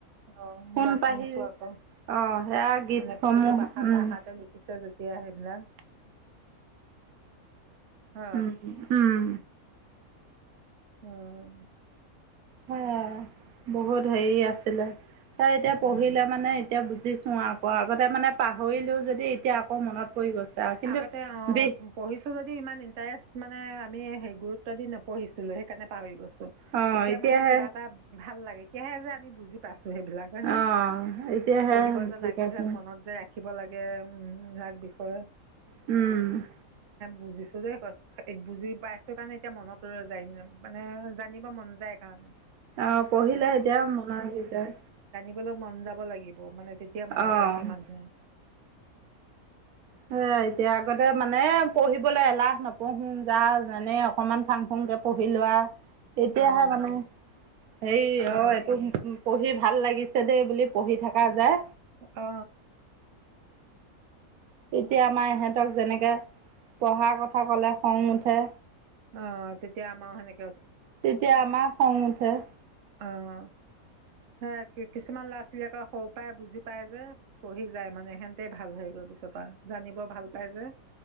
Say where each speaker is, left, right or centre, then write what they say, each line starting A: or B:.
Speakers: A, on the right; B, on the right.
A: অ মিলা
B: সোণ পাহি
A: শুনিছো আকৌ
B: অ সেয়া গীতসমূহ
A: মানে প্ৰতিটো ভাষা
B: উম
A: ভাষাতে লিখি ছে যেতিয়া সেইবিলাক হ
B: উম উম
A: উম
B: হয় আৰু বহুত হেৰি আছিলে তাৰ এতিয়া পঢ়িলে
A: উম
B: মানে এতিয়া বুজিছো হও আকৌ আগতে মানে পাহৰিলোও যদি এতিয়া আকৌ মনত পৰি গৈছে আৰু কিন্তু
A: আগতে অ
B: বি
A: পঢ়িছো যদিও ইমান ইণ্টাৰেষ্ট মানে আমি সেই গুৰুত্ব দি নপঢ়ছিলো সেইকাৰণে পাহৰি গৈছো
B: অ
A: এতিয়া
B: এতিয়াহে
A: মানে কিবা এটা ভাল লাগে এতিয়া হে যে আমি বুজি পাইছো সেইবিলাক হয়নে
B: আহ এতিয়াহে
A: পঢ়িব যে
B: বুজি
A: লাগে
B: পাইছো
A: এইবিলাক মনত যে ৰাখিব লাগে উম ইয়াৰ বিষয়ে
B: উম
A: বুজিছো দেই বুজি পাইছো কাৰণে এতিয়া মনত ৰৈ যায় মানে জানিব মন যায় সেইকাৰণে।
B: অ পঢ়িলে এতিয়া মনত আহি যায়।
A: পঢ়িবলৈ মন যাব লাগিব। মানে তেতিয়া মনত
B: অ
A: ৰাখে মানুহে।
B: সে এতিয়া আগতে মানে পঢ়িবলৈ এলাহ নপঢ়োন যা যেনে অকমান ফাং ফুংকে পঢ়িলো আহ তেতিয়াহে
A: অঁ
B: মানে হে
A: অঁ
B: অ এইটো পঢ়ি ভাল লাগিছে দেই বুলি পঢ়ি থকা যায়।
A: অ
B: তেতিয়া আমাৰ ইহঁতক যেনেকে পঢ়াৰ কথা ক'লে খং নুঠে
A: অ তেতিয়া আমাৰ সেনেকে
B: তেতিয়া আমাৰ খং উঠে
A: অ কিছুমান ল'ৰা ছোৱালী আকৌ সৰু পৰাই বুজি পায় যে পঢ়ি যায় মানে সেতে ভাল হয় গৈ পিছত। জানিব ভাল পাই যে